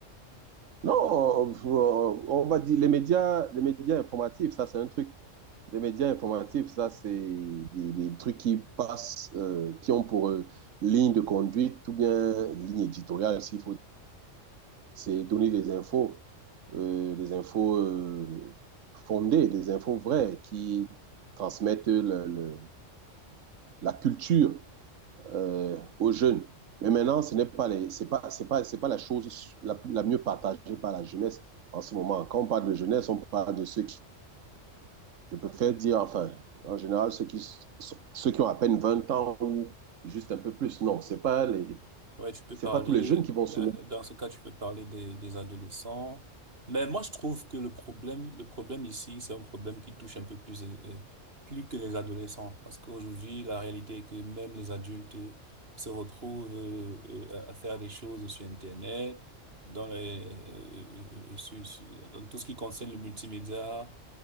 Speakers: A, on the right; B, on the right.
A: Non, on, on va dire les médias, les médias informatifs, ça c'est un truc. Les médias informatifs, ça c'est des, des trucs qui passent, euh, qui ont pour euh, ligne de conduite ou bien ligne éditoriale, s'il faut c'est donner des infos, euh, des infos euh, fondées, des infos vraies qui transmettent le- le- la culture euh, aux jeunes. Mais maintenant, ce n'est pas les, c'est pas, c'est pas, c'est pas la chose la, la mieux partagée par la jeunesse en ce moment. Quand on parle de jeunesse, on parle de ceux qui, je préfère dire, enfin, en général, ceux qui, ceux qui ont à peine 20 ans ou juste un peu plus. Non, c'est pas les,
B: Ouais, tu peux
A: C'est
B: parler,
A: pas tous les jeunes qui vont se
B: euh,
A: mettre.
B: dans ce cas, tu peux parler des, des adolescents. Mais moi, je trouve que le problème, le problème ici, c'est un problème qui touche un peu plus, euh, euh, plus que les adolescents. Parce qu'aujourd'hui, la réalité est que même les adultes euh, se retrouvent euh, euh, à à faire des choses sur Internet, dans les, euh, euh, euh, sur- sur- dans tout ce qui concerne le multimédia,